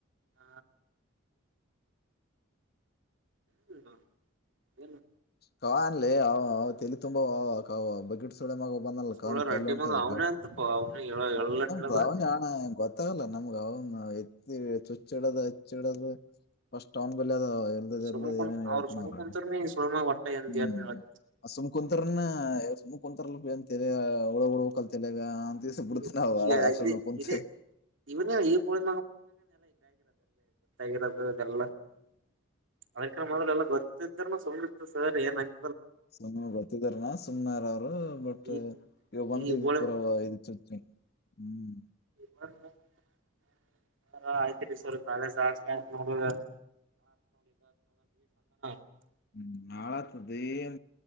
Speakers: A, on the right; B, on the left.
A: ಹ ಹ್ಮ ಹೇನು
B: ಕವಾ ಅನ್ಲಿ ತಲಿ ತುಂಬಾ <unintelligible> ಸುಳೆ ಮಗ ಬಂದಲ್ಲ
A: ಸೋಳಾರ
B: ಕ ಕಲ್ಲ
A: ಅಡ್ಡಿ
B: ಉಂಟದ
A: ಮಗ ಅವನೇ ಅಂತಪ್ಪ ಅವನು ಹೇಳ ಎಲ್ಲ ಹೇಳದ
B: ಹಾವಣ ಗೊತ್ತಾಗಲ್ಲ ನಮ್ಗನು ಎತ್ತಿ ಚುಚ್ಚಿಡದು ಹಚ್ಚಿಡದು ಪಸ್ಟ್ನ್ ಬದ ಹ ಇರ್ದದ
A: ಸುಮ
B: ಇರ್ಲ್ಲದ
A: ಕುಂತ್
B: ಏನೇನ ಹೇಳ್ತಾನ
A: ಅವ್ರು ಸುಮ
B: ಅವ್ರಗೆ
A: ಕುಂತರ್ನ ಸುಳಮಾಗ ಒಟ್ಟ ಎಂದ
B: ಹ್ಮ್
A: ಏನ್ ಹೇಳಕತ್ತ
B: ಸುಮಕುಂತರ ಕುಂತರ್ ಏಲ ಒಳಗಡಬೇಕ ಅಲ್ ತಲೆಗ <unintelligible>
A: ಈಗ ಈಗ
B: ಸುಮ್ನೆ
A: ಇದೇ
B: ಕುಂತಿ
A: ಇದೇ ಇವನೇ ಈ ಕೋಳಿ ಗರೋದು ಇದೆಲ್ಲ ಅಳ್ಕ ಮದ್ಲು ಎಲ್ಲ ಗೊತ್ತಿದ್ರನು ಸುಮ್ ಇತ್ತು ಸರ್ ಏನಂಗ
B: ಸುಮ್ನೆ ಬರ್ತಿದಾರನಾ ಸುಮ್ನೆಾರ ಅವರು ಬಟ್
A: ಈ
B: ಇವಾಗ ಬಂದ್
A: ಈ
B: ಇದ
A: ಗೋಳಿ
B: ಪೂರವ ಇದ ಹ್ಮ್
A: ಹ <unintelligible> ಹ ಆಯ್ತ್ರಿ ಸರ್ ಪ್ಯಾಲೇಸ್ ಆಕ್ ನೋಡ <unintelligible>
B: ಹ್ಮ ನಾಳ ಆಗ್ತದೆ ಎ